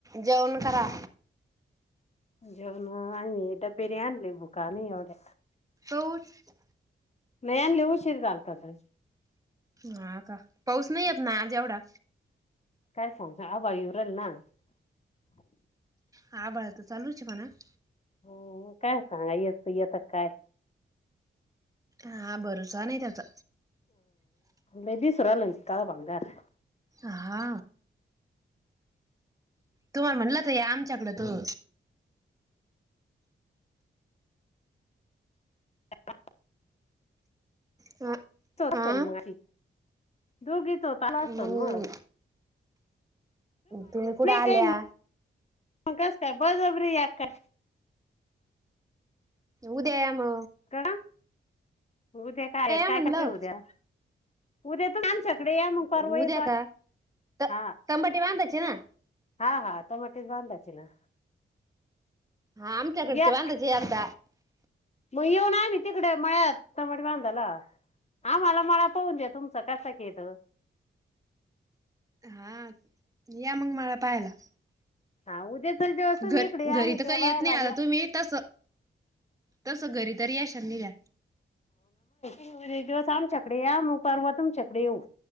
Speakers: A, on the right; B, on the left.
A: जेवण करा
B: जेवण आहे मी डबेरी आणली भुकाने एवढ्या
A: तोच <inaudible>
B: मली हुशीर दलतत
A: हा का पाऊस नाही य ना आज एवढा
B: काय सांज आव युरल ना <inaudible>
A: हा बड त चालूच मणा <inaudible>
B: हम् काय सांगा येत येता काय
A: हा भरोसा नाही त्याचा
B: हे बीसरालाज कादा पणणारार <inaudible>
A: हा तुमला म्हणलं तर या आमच्याकड तू
B: ह
A: अ
B: असतन
A: आ
B: म दूघतो तला
A: मग
B: असस्तवन म
A: तुम्ही कुठे आल्या
B: काही मग कस काय बजबरी या काय
A: उद्या म
B: कळा उद्या काय काय
A: म्हणलं
B: कसंय उद्या उद्या तू आमच्या इकडे या मग परव
A: उद्या
B: येतो
A: का त
B: हा
A: तंबाटे बांधायचे ना
B: हा हा तटच वांदाच ना
A: हा आमच्याकडचे
B: या
A: वांधाचे आध
B: मग येऊन आम्ही तिकडे मळ्यात चमट बांधाला आम्हाला मळा पाहून देत तुमच कसं घेत
A: हा या मग मला पाहायला
B: हा उद्याचा दिवस तुम्ही
A: घर
B: इकडे या
A: घरी
B: आम्ही
A: तर काही
B: त्या बायाला
A: येत नाही आता
B: या.
A: तुम्ही तस तस घरी तरी याशनी घ्या
B: एक दिवस आमच्याकडे या मग पर्वतुमच्याकडे येऊ